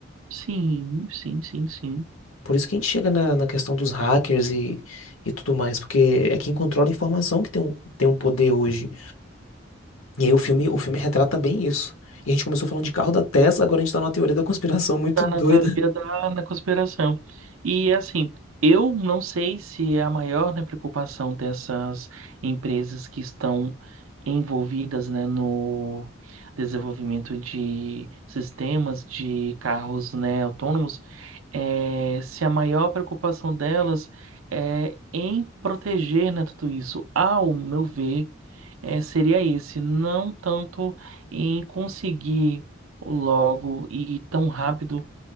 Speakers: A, on the right; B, on the left.
A: Sim, sim, sim, sim.
B: Por isso que a gente chega na, na questão dos hackers e, e tudo mais, porque é quem controla a informação que tem um, tem um poder hoje. E aí o filme, o filme retrata bem isso. E a gente começou falando de carro da Tesla, agora a gente tá numa teoria da conspiração muito
A: Tá
B: doida.
A: na teoria da na conspiração. E assim, eu não sei se é a maior, né, preocupação dessas empresas que estão envolvidas, né, no desenvolvimento de sistemas de carros, né, autônomos, é, se a maior preocupação delas é em proteger, né, tudo isso. Ao meu ver, é, seria esse, não tanto em conseguir logo e tão rápido